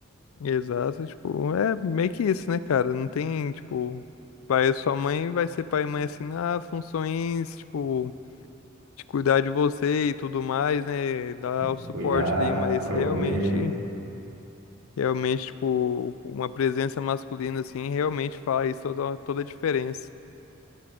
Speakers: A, on the left (about 85°); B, on the right (about 70°).
A: Exato, tipo, é meio que isso, né, cara? Não tem, tipo, vai, sua mãe vai ser pai e mãe assim, na funções, tipo, de cuidar de você e tudo mais, né? Dar
B: Tem que
A: o suporte
B: cuidar,
A: ali, mas
B: prover.
A: realmente, realmente, tipo, uma presença masculina assim, realmente faz toda, toda a diferença.